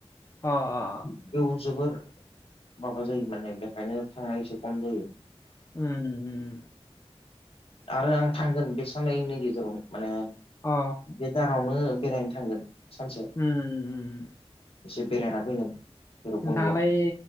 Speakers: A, on the left; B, on the left.
A: अ अ
B: बेयाव जोबोर माबा जायो माने बेखायनो थांनाय एसे खम जायो
A: ओम ओम ओम
B: आरो आं थांगोन बे साननैनि गेजेराव माने
A: अ
B: बे दानावनो बेरायनो थांगोन सानसे
A: ओम ओम
B: एसे बेरायना फैगोन भैरब कुन्द'आव
A: नोंथाङालाय